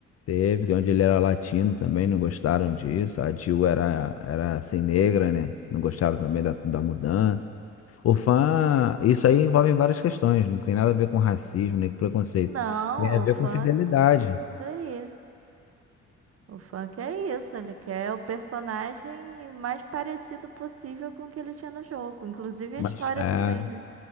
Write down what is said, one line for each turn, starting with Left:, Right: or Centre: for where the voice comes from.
Left: Teve, onde ele era latino também, não gostaram disso. A Jill era, era assim, negra, né? Não gostaram também da, da mudança. O fã, isso aí envolve várias questões, não tem nada a ver com racismo nem com preconceito.
Right: Não,
Left: Tem a ver
Right: o funk,
Left: com fidelidade.
Right: isso aí. O funk é isso, ele quer o personagem mais parecido possível com o que ele tinha no jogo, inclusive a
Left: Mas,
Right: história
Left: é,
Right: também, né?